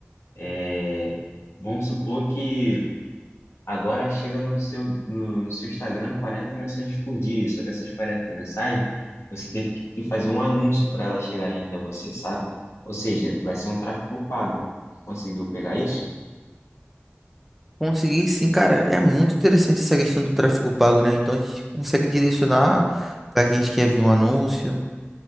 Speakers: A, on the left; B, in the centre.
A: é, vamos supor que agora chega no seu, no, no seu Instagram 40 mensagens por dia, só que essas 40 mensagens você teve que fazer um anúncio para elas chegarem até você, sabe? Ou seja, vai ser um tráfego pago. Conseguiu pegar isso?
B: Consegui sim, cara. É muito interessante essa questão do tráfego pago, né? Então a gente consegue direcionar para quem a gente quer ver um anúncio